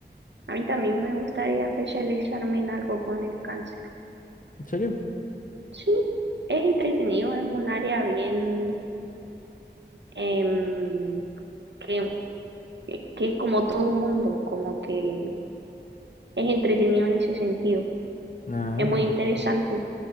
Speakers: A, on the right (about 75°); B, on the left (about 45°).
A: a mí también me gustaría especializarme en algo con el cáncer,
B: ¿En serio?
A: sí, es entretenido, es un área bien em, que, que es como todo un mundo, como que es entretenido en ese sentido,
B: Ah,
A: es muy interesante.